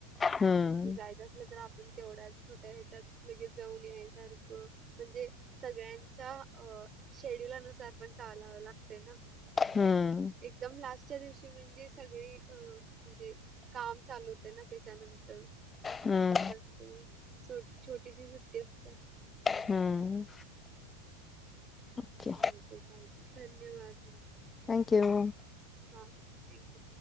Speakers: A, on the left (about 20°); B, on the right (about 25°).
A: हम्म
B: कुठंतरी जायचं असलं तर आपण तेवढ्या छोट्या ह्याच्यात लगेच जाऊन यायसारखं म्हणजे सगळ्यांच्या अ शेड्युलानुसार पण चालाव लागतय ना
A: हम्म
B: एक एकदम लास्टच्या दिवशी म्हणजे सगळी अ म्हणजे काम चालू होतय ना त्याच्यानंत तर
A: हम्म
B: अस असतय छोटीशी सुट्टी असत्या
A: हम्म ओके
B: चायतय, चालतय धन्यवाद
A: थँक्यू
B: हा, हा थँक्यू